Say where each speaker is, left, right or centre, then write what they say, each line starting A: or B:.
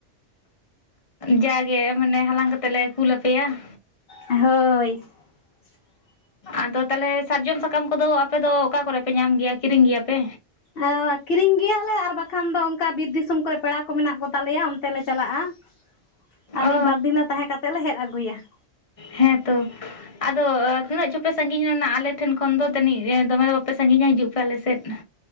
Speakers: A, on the left; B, on the left.
A: ᱡᱟᱜᱮ ᱢᱟᱱᱮ ᱦᱟᱞᱟᱝ ᱠᱟᱛᱮᱫ ᱞᱮ ᱠᱩᱞᱟᱯᱮᱭᱟ ᱾
B: ᱦᱳᱭ <unintelligible>
A: ᱟᱫᱚ, ᱛᱟᱦᱞᱮ ᱥᱟᱨᱡᱚᱢ ᱥᱟᱠᱟᱢ ᱠᱚ ᱫᱚ, ᱟᱯᱮ ᱫᱚ ᱚᱠᱟ ᱠᱚᱨᱮ ᱯᱮ, ᱧᱟᱢ ᱜᱮᱭᱟ ᱾ ᱠᱤᱨᱤᱧ ᱜᱮᱭᱟ ᱯᱮ?
B: ᱟᱻᱚ ᱠᱤᱨᱤᱧ ᱜᱮᱭᱟ ᱞᱮ, ᱟᱨ ᱵᱟᱠᱷᱟᱱ, ᱫᱚ ᱚᱱᱠᱟ ᱵᱤᱨ ᱫᱤᱥ ᱥᱚᱢ ᱠᱚᱨᱮ, ᱯᱮᱲᱟ ᱠᱚ, ᱢᱮᱱᱟᱜ ᱠᱚ ᱛᱟᱞᱮᱭᱟ, ᱚᱱᱛᱮ ᱞᱮ ᱪᱟᱞᱟᱜᱼᱟ ᱾ ᱟᱨ,
A: ᱚ
B: ᱢᱤᱫ ᱵᱟᱨ ᱫᱤᱱ ᱞᱮ, ᱛᱟᱦᱮᱸ ᱠᱟᱛᱮᱫ ᱞᱮ, ᱦᱮᱫ ᱟᱹᱜᱩᱭᱟ ᱾
A: ᱦᱮᱸᱛᱚ, ᱟᱫᱚ? ᱟᱹᱜ ᱪᱚᱯᱮ ᱥᱟᱺᱜᱤᱧ ᱞᱮᱱᱟ, ᱟᱞᱮ ᱴᱷᱮᱱ ᱠᱷᱚᱱ ᱫᱚ, ᱫᱟᱹᱱᱤᱡ, ᱫᱚᱢᱮ ᱫᱚ, ᱵᱟᱯᱮ ᱥᱟᱺᱜᱤᱧᱼᱟ ᱾ ᱦᱤᱡᱩᱜ ᱯᱮ, ᱟᱞᱮ ᱥᱮᱫ ᱾